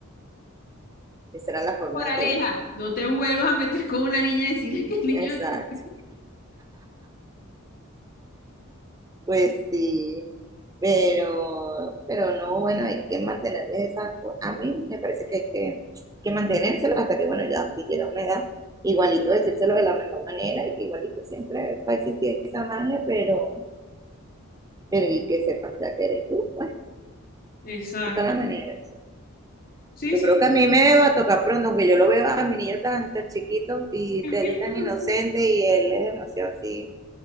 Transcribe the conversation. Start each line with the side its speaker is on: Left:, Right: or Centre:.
Right: Esa era la forma
Left: Por
Right: de
Left: aleja,
Right: que, bueno,
Left: no te vuelvas a meter con una niña y decirle que el niño
Right: exacto,
Left: es un...
Right: pues sí. Pero, pero no, bueno, hay que mantenerles esa, co- a mí me parece que hay que, que mantenérselo hasta que, bueno, ya si llega una edad, igualito decírselo de la mejor manera y que igualito siempre va a existir esa magia, pero, pero y que sepas ya que eres tú, pues,
Left: Exacto.
Right: busca la manera. eso.
Left: Sí,
Right: Yo
Left: sí.
Right: creo que a mí me va a tocar pronto, aunque yo lo veo a mi niño tan, tan chiquito y
Left: Tranquila,
Right: él es tan
Left: demasiado,
Right: inocente y él es demasiado así